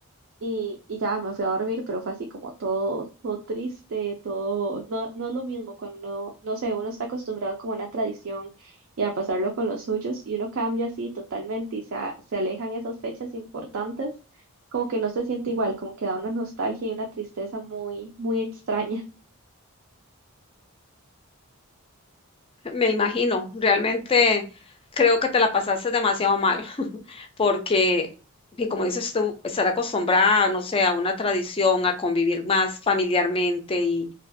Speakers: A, on the right; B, on the left.
A: y, y ya me fui a dormir, pero fue así como todo, todo triste, todo, no, no es lo mismo cuando no, no sé, uno está acostumbrado como a una tradición y a pasarlo con los suyos y uno cambia así totalmente y se, a- se alejan esas fechas importantes, como que no se siente igual, como que da una nostalgia y una tristeza muy, muy extraña. <laughs>
B: Me imagino, realmente creo que te la pasaste demasiado mal, <laughs> porque, y como dices tú, estar acostumbrada, no sé, a una tradición, a convivir más familiarmente y,